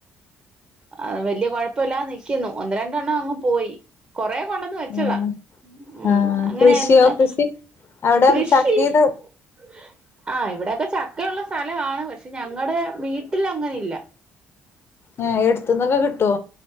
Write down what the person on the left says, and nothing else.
ആഹ്
ആഹ്
കൃഷിയോ കൃഷി അവിടെ
ചക്കീത്
ആ ഏട്ത്ത്ന്നൊക്കെ കിട്ടോ